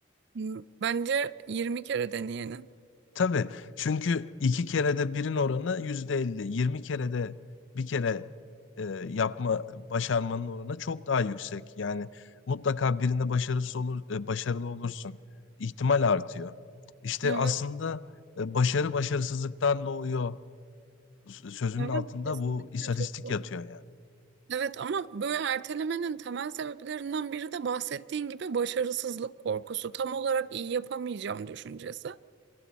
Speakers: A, on the right (about 55°); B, on the left (about 60°).
A: Hmm, Bence 20 kere deneyenin.
B: Tabii çünkü iki kerede birin oranı yüzde elli. Yirmi kerede bir kere e, yapma başarmanın oranı çok daha yüksek. Yani mutlaka birinde başarısız olur, e, başarılı olursun. İhtimal artıyor. İşte
A: Evet,
B: aslında e, başarı başarısızlıktan doğuyor s- sözünün
A: evet
B: altında
A: evet, kesinlikle
B: bu istatistik
A: çok doğru.
B: yatıyor yani.
A: Evet ama böyle ertelemenin temel sebeplerinden biri de bahsettiğin gibi başarısızlık korkusu. Tam olarak iyi yapamayacağım düşüncesi.